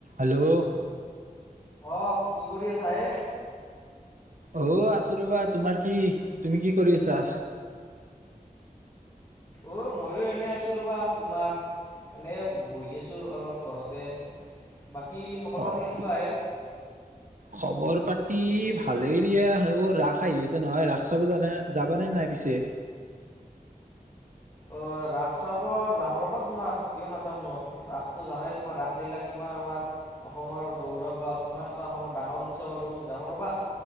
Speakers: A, on the right; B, on the left.
A: Hello
B: আহ কি কৰি আছা হে
A: অ আছো ৰবা তোমাৰ কি তুমি কি কৰি আছা
B: অ মইয়ো এনে আছো ৰবা তোমাৰ এনেই বহি আছো অলপ ঘৰতে বাকী খবৰ
A: অ'
B: পাতি কেনেকুৱা আহে
A: খবৰ পাতি ভালে দিয়া সব ৰাস আহি আছে নহয় ৰাস চাব জানে যাব নে নাই পিছে
B: অ ৰাস চাব যাম ৰ'বা তোমাৰ কিয় নাযাম ন ৰাসতটো জানাই তোমাৰ ৰাস লীলা কিমান। কিমান আমাৰ অসমৰ গৌৰৱ বা কিমান এটা অসমৰ ডাঙৰ উৎসৱ আৰু যামওঁ ৰ'বা।